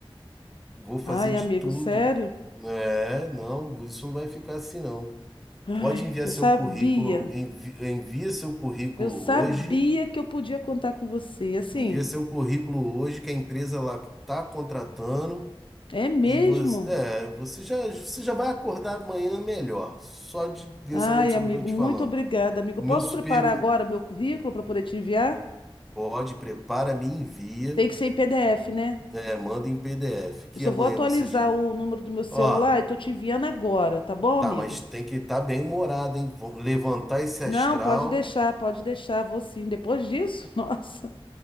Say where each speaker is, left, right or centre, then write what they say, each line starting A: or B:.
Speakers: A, in the centre; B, on the left.
A: Vou fazer
B: Ai,
A: de
B: amigo,
A: tudo.
B: sério?
A: É, não, isso não vai ficar assim, não.
B: Ai,
A: Pode enviar
B: eu
A: seu
B: sabia.
A: currículo, envi- envia seu currículo
B: Eu sabia
A: hoje.
B: que eu podia contar com você. Assim,
A: Envia seu currículo hoje, que a empresa lá está contratando.
B: é mesmo?
A: E você, é, você já, você já vai acordar amanhã melhor, só de dessa
B: Ai,
A: notícia
B: amigo,
A: que eu tô te
B: muito
A: falando.
B: obrigada, amigo.
A: O
B: Posso
A: meu supervi
B: preparar agora meu currículo para poder te enviar?
A: pode, prepara, me envia,
B: Tem que ser em PDF, né?
A: é, manda em PDF, que
B: Eu só
A: amanhã
B: vou atualizar
A: você já...
B: o número do meu celular
A: Ó,
B: e tô te enviando agora, tá bom,
A: tá,
B: amigo?
A: mas tem que estar bem humorado, hein? Vou Levantar esse
B: Não,
A: astral,
B: pode deixar, pode deixar, vou sim. Depois disso, <laughs> nossa,